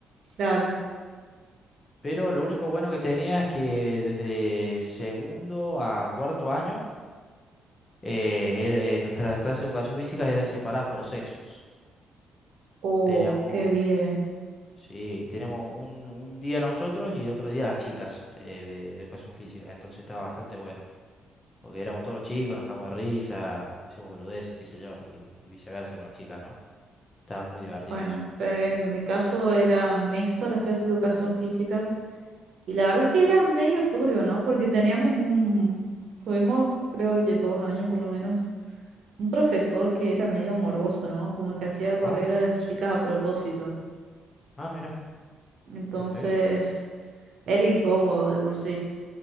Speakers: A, on the right; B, on the left.
A: Claro.
B: Pero lo único bueno que tenía es que desde segundo a cuarto año Eh, era- eh, nuestras clases de educación física eran separadas por sexos.
A: Oh,
B: Teníamos,
A: qué bien.
B: sí, tenemos un, un día nosotros y otro día las chicas eh, de, educación física. Entonces estaba bastante bueno. Porque éramos todos los chicos, nos cagamos de risa, hacíamos boludeces, qué sé yo, y, y viceversa con las chicas, ¿no? Estaba muy divertido
A: Bueno,
B: eso.
A: pero en mi caso era mixto las clases de educación física y la verdad es que era medio turbio, ¿no? Porque teníamos un, tuvimos creo que dos años por lo menos, un profesor que era medio morboso, ¿no? Como que hacía correr
B: Ah,
A: a las chicas a propósito.
B: ah, mira,
A: Entonces,
B: qué feo.
A: era incómodo de por sí.